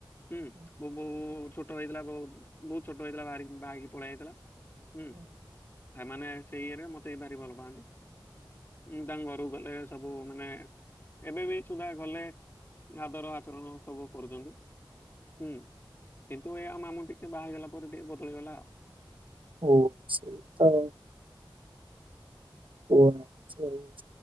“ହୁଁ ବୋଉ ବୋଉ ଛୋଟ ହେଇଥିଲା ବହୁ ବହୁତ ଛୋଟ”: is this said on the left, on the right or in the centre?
Left